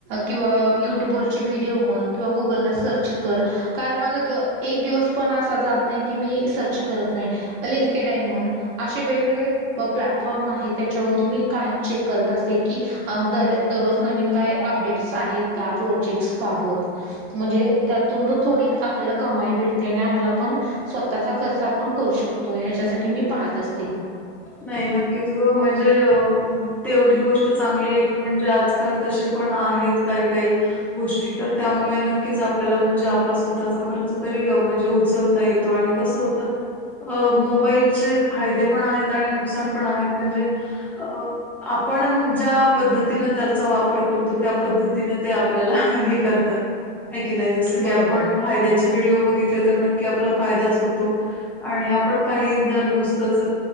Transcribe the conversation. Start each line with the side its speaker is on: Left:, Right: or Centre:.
Right: किंवा युट्यूबर व्हिडिओ म्हण किंवा गुगला सर्च कारण माझं एक दिवस पण असा जात नाही की मी सर्च करत नाही. लिंकेड आहे म्हण असे वेगवेगळे व प्लॅटफॉर्म आहे त्याच्यावरती मी कायम चेक करत असे की अ दर दररोज नवीन काय अपडेट्स आहेत का प्रोजेक्ट्स बाबत म्हणजे त्यातून पण थोडी आपल्याला कमाई भेटते आणि आपला पण स्वतःचा खर्च आपण करू शकतो ह्याच्यासाठी मी पाहत असते.
Centre: नाही नक्कीच ग म्हणजे तेवढी गोष्ट चांगली आहे की की म्हणजे आजकाल तसे पण आहेत काही काही गोष्टी तर त्यामुळे नक्कीच आपल्याला म्हणजे आपला स्वतःचा खर्च तरी म्हणजे उचल उचलता येतो म्हणजे कसं मोबाईलचे फायदे पण आहेत. आणि नुकसान पण आहेत म्हणजे अ आपण ज्या पद्धतीन त्याचा वापर करतो त्या पद्धतीन ते आपल्याला हे करत. हाय की नाही जसं
Right: बरोबर
Centre: की आपण फायद्याचे व्हिडिओ बघितले तर नक्की आपला फायदाच होतो. आणि आपण काही जर नुसतंच